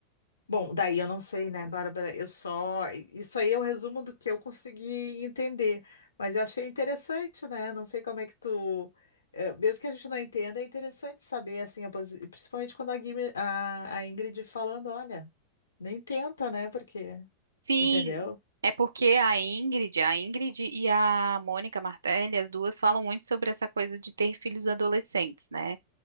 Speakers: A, on the left (about 70°); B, on the right (about 70°).
A: Bom, daí eu não sei, né, Bárbara? Eu só. Isso aí é um resumo do que eu consegui entender. Mas eu achei interessante, né? Não sei como é que tu. eh, Mesmo que a gente não entenda, é interessante saber, assim, a posi- principalmente quando a, Guime- a a Ingrid falando, olha, nem tenta, né? Porque.
B: Sim,
A: Tu Entendeu?
B: é porque a Ingrid, a Ingrid e a Mônica Martelli, as duas falam muito sobre essa coisa de ter filhos adolescentes, né?